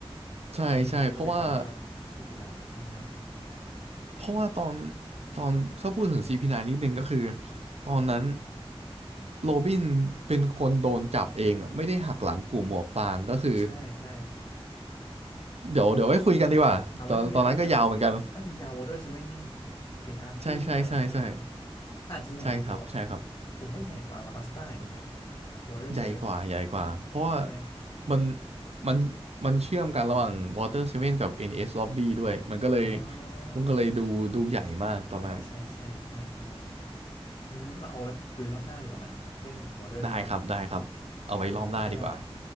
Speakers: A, on the right; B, on the left.
A: ใช่ใช่เพราะว่า
B: อันนี้มันก็เลยจะไปต่อยอดของ CP9 นน์นะฮะ
A: เพราะว่าตอนตอนถ้าพูดถึงซีพีไนนิดนึงก็คือตอนนั้นโรบินเป็นคนโดนจับเองอะไม่ได้หักหลังกลุ่มหมวกฟางก็คือ
B: ใช่ใช่
A: เดี๋ยวเดี๋ยวไว้คุยกันดีกว่าตอนตอนนั้นก็ยาวเหมือนกัน
B: เอาไว้คุยกันอันนี้น่าจะยาววอเตอร์เซเว่นนี่เป็นอาร์คที่ใหญ่มากๆ
A: ใช่ใช่ใช่ใช่
B: อาจจะใหญ่พอๆ
A: ใช่ครับใช่ครับ
B: ผมว่าใหญ่กว่าอาราบัสต้าอีกมั้งเนี่ย วอเตอร์เซเว่นเนี่ย
A: ใหญ่กว่าใหญ่กว่าเพราะว่า
B: ใช่ไหม
A: มันมันมันเชื่อมกันระหว่าง Water Seven กับ NS Lobby ด้วยมันก็เลย
B: อ่า
A: มันก็เลยดูดูใหญ่มากตอนนั้น
B: อ่าใช่ใช่ใช่ใช่ เอองั้นเราเอาไว้คุยรอบหน้าดีกว่านะเรื่อง Border
A: ได้ครับได้ครับเอาไว้รอบหน้าดีกว่า
B: Seven ได้เลยวันนี้ก็